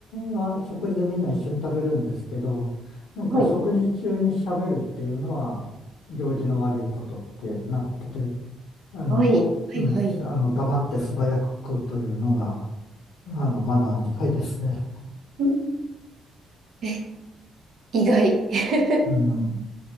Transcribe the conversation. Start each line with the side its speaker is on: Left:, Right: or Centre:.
Left: は、食事でみんな一緒に食べるんですけど、なんか食事中に喋るっていうのは、
Right: はい。
Left: 行儀の悪いことってなってて、あの、
Right: はい。はいはい。
Left: うん、あの、黙って素早く食うというのが、あの、マナーみたいですね。
Right: うんえ、意外。<laughs>
Left: <laughs>